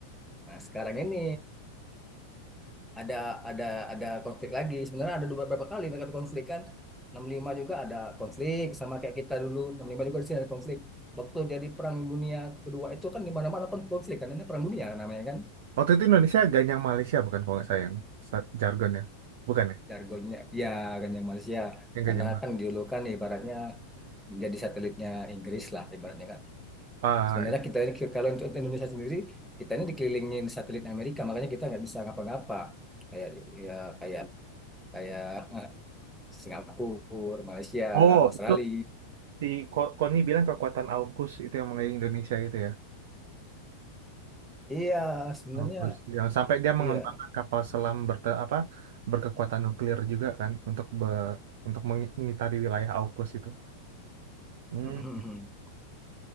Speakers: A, in the centre; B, on the right.
A: Nah, sekarang ini ada ada ada konflik lagi. Sebenarnya ada beberapa kali mereka konflik kan. enam puluh lima juga ada konflik sama kayak kita dulu. enam puluh lima juga di sini ada konflik. Waktu dari Perang Dunia Kedua itu kan di mana-mana kan konflik kan. Ini Perang Dunia namanya kan.
B: Waktu itu Indonesia ganyang Malaysia bukan kalau nggak sayang jargonnya. Bukan ya?
A: jargonnya ya ganyang Malaysia
B: Yang
A: karena
B: ganyang Malaysia.
A: kan dulu kan ibaratnya jadi satelitnya Inggris lah ibaratnya kan
B: Ah,
A: sebenarnya
B: itu.
A: kita ini kalau untuk Indonesia sendiri kita ini dikelilingin satelit Amerika makanya kita nggak bisa ngapa-ngapa kayak ya kayak kayak eh, Singapura Malaysia
B: Oh,
A: Australia
B: itu Si Ko- Koni bilang kekuatan AUKUS itu yang mengenai Indonesia itu ya.
A: iya sebenarnya
B: AUKUS yang sampai dia mengembangkan
A: iya
B: kapal selam berte apa berkekuatan nuklir juga kan untuk ber- untuk mengi- mengitari wilayah AUKUS itu. Hmm.
A: <laughs>